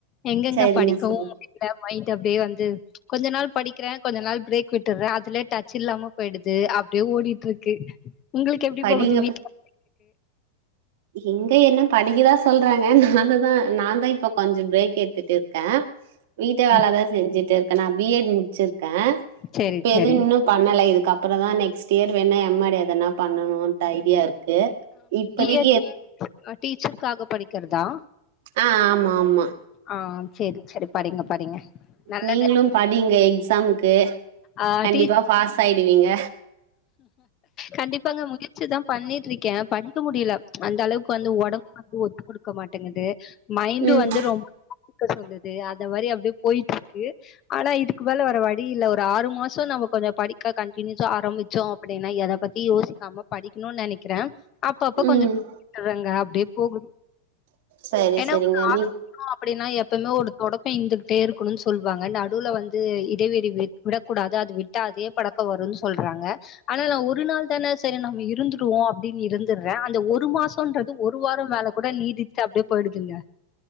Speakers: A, on the left (about 40°); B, on the right (about 70°).
A: எங்கெங்க
B: சரிங்க
A: படிக்கவும்
B: சரி
A: எங்கங்க மைண்ட் அப்டியே வந்து கொஞ்ச நாள் படிக்கிறேன் கொஞ்ச நாள் பிரேக் விட்டுறேன் அதுலயே டச் இல்லமா போயிடுது ஓடிட்டு இருக்கு உங்களுக்கு எப்டி
B: படிங்க
A: போகுது வீட்ல
B: இங்க என்ன படிக்க தான் சொல்றாங்க நான தான் நான தான் இப்ப கொஞ்சம் பிரேக் எடுத்துட்டு இருக்கேன் வீட்டு வேலை
A: ஆ
B: தான் செஞ்சுட்டு இருக்கேன் நான் பி எட் முடிச்சிருக்கேன்
A: சரி
B: இப்ப
A: சரி
B: எது இன்னும் பண்ணல இதுக்கப்புறம் தான் நெக்ஸ்ட் இயர் வேணும் எம் மே டு எதுன பண்ணணும்ட்டு ஐடியா இருக்கு இங்கு இப்பதிக்கு
A: டீச் ஆ டீச்சர்க்காக படிக்கிறதா
B: ஆ ஆமா ஆமா
A: ஆ சேரி சேரி படிங்க படிங்க நல்லது
B: நீங்களும் படிங்க எக்ஸாம்க்கு
A: ஆ
B: கண்டிப்பா
A: டீ
B: பாஸ் ஆயிடுவீங்க
A: கண்டிப்பாங்க முயற்சி தான் பண்ணிட்டு இருக்கேன் க்கேன் படிக்க முடியல அந்த அளவுக்கு வந்து உடம்பு வந்து ஒத்து கொடுக்க மாட்டேங்குது மைண்டு
B: ம்
A: வந்து ரொம்ப மக்கர் பண்ணுது அந்த மாரி அப்டியே போயிட்டு இருக்கு ஆனா இதுக்கு மேல வர வழி இல்ல ஒரு ஆறு மாசம் நம்ம கொஞ்சம் படி கண்டினியூஸா ஆரம்பிச்சோம் அப்டின்னா எத பத்தி யோசிக்காம படிக்கணும்னு நினைக்கிறேன் அப்ப அப்ப கொஞ்சம்ட்டுறாங்க
B: ம்
A: அப்டியே போகுது ம்
B: சரி
A: ஏன்னா
B: சரிங்க
A: ஆ
B: நீ
A: அப்டின்னா எப்பவுமே ஒரு தொடக்கம் இருந்துகிட்டே இருக்கணும்னு சொல்லுவாங்க நடுவுல வந்து இடைவெளி விடக்கூடாது அது விட்ட அதே பழக்கம் வரும்னு சொல்றாங்க ஆனா நான் ஒரு நாள் தானே செரி நம்ம இருந்துருவோம் அப்டின்னு இருந்துடுறேன் அந்த ஒரு மாசம் ன்றது ஒரு வாரம் மேல கூட நீடிட்டு அப்டியே போயிடுதுங்க